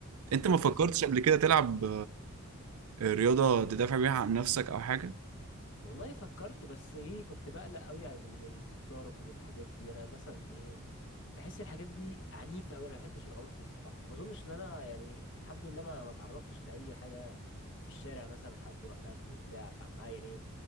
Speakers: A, on the left (about 60°); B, on the right (about 80°).
A: طب
B: انت
A: وانت
B: ما فكرتش
A: مثلا
B: قبل كده تلعب رياضة تدافع بيها عن نفسك أو حاجة
A: والله فكرت بس ايه كنت بقلق قوي على من من- من الضرب والحاجات دي انا مثلا ايه بحس الحاجات دي عنيفه قوي انا ما بحبش العنف الصراحه وما اظنش ان انا يعني الحمد لله ما ما تعرضتش لاي حاجه في الشارع مثلا حد وقفني بتاع ما يعني